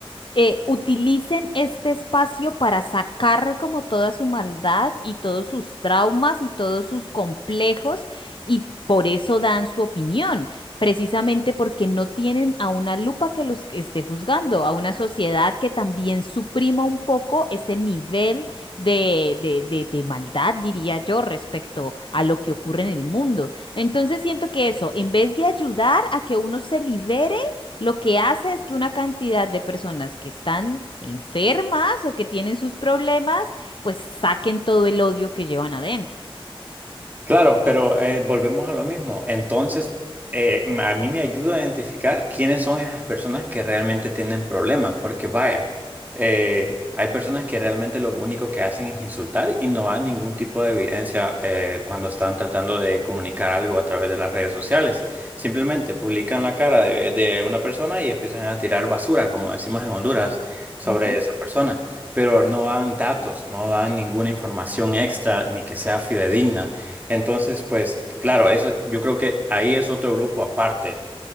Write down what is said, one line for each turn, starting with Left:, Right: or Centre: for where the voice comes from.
Left: eh, utilicen este espacio para sacar como toda su maldad y todos sus traumas y todos sus complejos y por eso dan su opinión, precisamente porque no tienen a una lupa que los esté juzgando, a una sociedad que también suprima un poco ese nivel de, de, de, de maldad, diría yo, respecto a lo que ocurre en el mundo. Entonces siento que eso, en vez de ayudar a que uno se libere, lo que hace es que una cantidad de personas que están enfermas o que tienen sus problemas, pues saquen todo el odio que llevan adentro.
Right: Claro, pero eh, volvemos a lo mismo. Entonces, eh, a mí me ayuda a identificar quiénes son esas personas que realmente tienen problemas, porque vaya, eh, hay personas que realmente lo único que hacen es insultar y no hay ningún tipo de evidencia eh, cuando están tratando de comunicar algo a través de las redes sociales. Simplemente publican la cara de, de una persona y empiezan a tirar basura, como decimos en Honduras, sobre
Left: Ujú,
Right: esa persona, pero no dan datos, no dan ninguna información extra ni que sea fidedigna. Entonces, pues, claro, eso yo creo que ahí es otro grupo aparte.